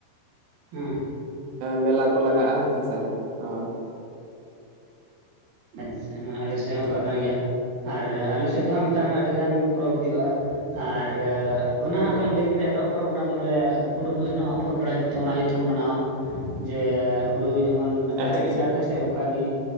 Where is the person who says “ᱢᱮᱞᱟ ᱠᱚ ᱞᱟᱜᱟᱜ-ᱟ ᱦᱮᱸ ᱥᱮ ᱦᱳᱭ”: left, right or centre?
Right